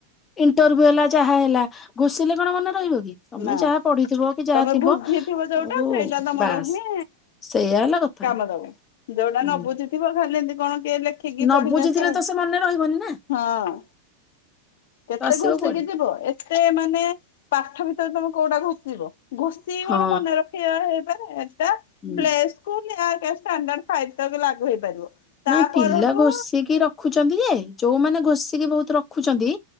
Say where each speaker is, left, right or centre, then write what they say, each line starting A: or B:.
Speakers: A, on the left (about 20°); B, on the left (about 55°).
A: ଇଣ୍ଟରଭିଉ ହେଲା ହେଲା ଘୋଷିଲେ କଣ ମନେ ରହିବ କି? ତମେ
B: ନା
A: ଯାହା ପଢିଥିବ କି ଯାହା
B: ତମେ
A: ଥିବ
B: ବୁଝିଥିବ
A: ତମକୁ
B: ଯୋଉଟା ସେଇଟା ତମର
A: ବାସ୍
B: ହିଁ
A: ସେଇଆ ହେଲା କଥା
B: କାମ ଦବ ଯୋଉଟା
A: ହୁଁ।
B: ନ ବୁଝିଥିବ ଖାଲି ଏମିତି କଣ ଟେ ଲେଖିକି
A: ନ
B: ପଢିକି
A: ବୁଝିଥିଲେ
B: ଆସିବୁ
A: ତ ସେ ମନେ ରହିବନି ନା
B: ହଁ କେତେ
A: ତ ଆସିବ
B: ଘୋଷିକି
A: କୁଆଡେ
B: ଯିବ ଏତେ ମାନେ ପାଠଵି ତମେ କୋଉଟା ଘଷିବ ଗୋସ୍ତିଏ
A: ହଁ
B: କଣ ମନେ ରଖିବା <unintelligible>
A: ହୁଁ।
B: Play school. ଷ୍ଟାଣ୍ଡାର୍ଡ ଫାଇଭ ଟା ବି ଲାଗୁ ହେଇପାରିବ। ତା
A: ନାଇଁ
B: ପରଠୁ
A: ପିଲା ଘୋଷିକି ରୋଖୁଚନ୍ତି ଯେ ଯୋଉମାନେ ଘୋଷିକି ବହୁତ ରୋଖୁଚନ୍ତି